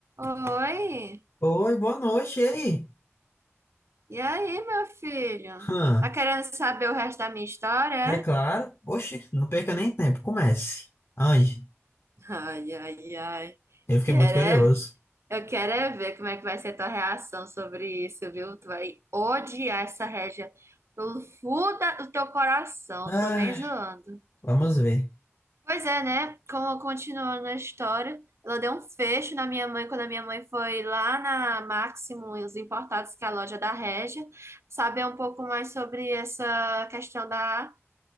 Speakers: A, on the right; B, on the left.
A: Oi,
B: Oi, boa noite, e aí?
A: e aí, meu filho?
B: Hã,
A: Tá querendo saber o resto da minha história,
B: é claro.
A: é?
B: Oxi, não perca nem tempo, comece. Ande,
A: Ai, ai, ai.
B: eu fiquei
A: Quero
B: muito curioso.
A: é v- Eu quero é ver como é que vai ser tua reação sobre isso, viu? Tu vai odiar essa régia pelo fundo da- do teu coração,
B: Ai,
A: tô nem zoando.
B: vamos ver.
A: Pois é, né? Como continuando a história, ela deu um fecho na minha mãe quando a minha mãe foi lá na Máximo e os importados, que é a loja da Régia, saber um pouco mais sobre essa questão da